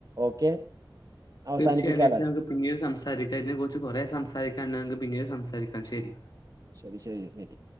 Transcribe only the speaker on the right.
ഓക്കെ അവസാനിപ്പിക്കാല്ലേ?
ശരി ശരി ശരി